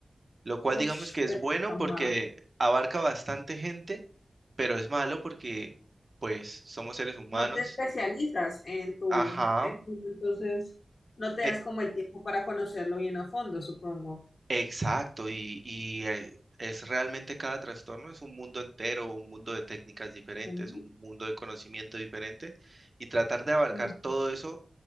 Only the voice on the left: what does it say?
Ush,
mamá.
No te especializas en tu,
en tu- entonces no te
das como el tiempo para conocerlo bien a fondo, supongo.
Ujú.
Mm.